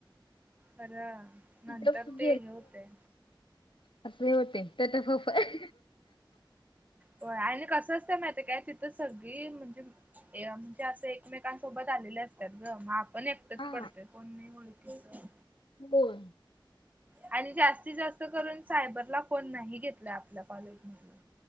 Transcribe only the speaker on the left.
तिथं
असेही होतंय. ते तसचं हाय
हा
बोल.